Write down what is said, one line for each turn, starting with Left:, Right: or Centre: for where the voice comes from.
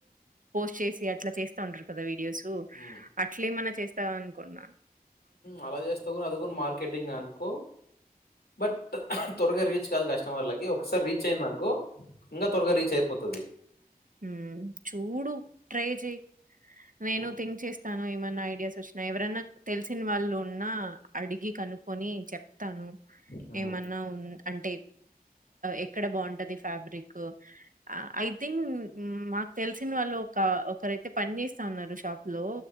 Right: పోస్ట్ చేసి అట్లా చేస్తఉంటారు కదా వీడియోస్
Left: హ్మ్.
Right: అట్లా ఏమన్నా చేస్తావ అనుకున్నా
Left: అలా చేస్తా కూడాని అది కూడామార్కెటింగ్ అనుకో బట్ త్వరగా రీచ్ కాదు కస్టమర్లకి ఒకసారి రీచ్ అయ్యందినుకో ఇంకా త్వరగా రీచ్ అయిపోతుది
Right: హు చూడు ట్రై చెయి నేను
Left: హ్మ్.
Right: థింక్ చేస్తాను ఏమన్నా ఐడియాస్ వచ్చినా ఎవరైన్నా తెలిసిన వాళ్ళు ఉన్నా అడిగి కనుక్కొని చె స్తాను
Left: హ్మ్.
Right: ఏమన్నా ఉ అంటే ఎక్కడ బాగుంటది ఫ్యాబ్రిక్ ఐథింక్ హు మాకు తెలిసిన వాళ్ళు ఒక ఒకరైతే పని చేస్తా ఉన్నారు షాప్ లో